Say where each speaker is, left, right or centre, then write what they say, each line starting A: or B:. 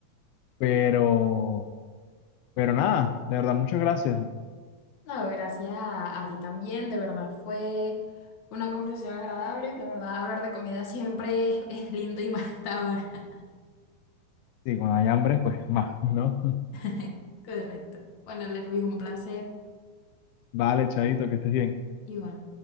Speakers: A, on the left; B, on the left.
A: Pero, pero nada, de verdad, muchas gracias.
B: No, gracias a, a ti también, de verdad fue una conversación agradable. La verdad, hablar de comida siempre es, es lindo y más hasta ahora.
A: Sí, cuando hay hambre, pues más, ¿no?
B: <laughs> Correcto. Bueno, Lervis, un placer.
A: <laughs> Vale, Chaito, que estés bien.
B: Igual.